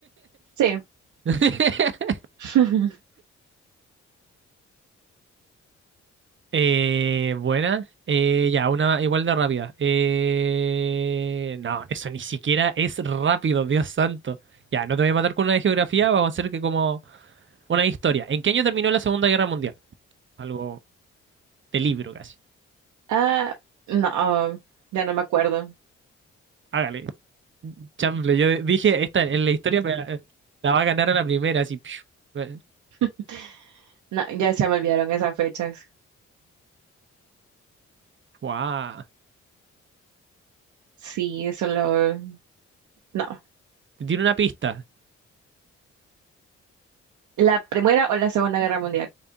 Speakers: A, on the right; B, on the right.
A: Sí.
B: <laughs>
A: <laughs>
B: Eh, buena. Eh, ya, una igual de rápida. Eh, no, eso ni siquiera es rápido, Dios santo. Ya, no te voy a matar con una de geografía, vamos a hacer que como una de historia. ¿En qué año terminó la Segunda Guerra Mundial? Algo de libro casi.
A: Ah, no, ya no me acuerdo.
B: Hágale, chanfle. Yo dije, esta en la historia me- la va a ganar a la primera, así. piu. eh.
A: <laughs> No, ya se me olvidaron esas fechas.
B: Guau.
A: Sí, solo No,
B: Te tiro una pista.
A: la Primera o la Segunda Guerra Mundial.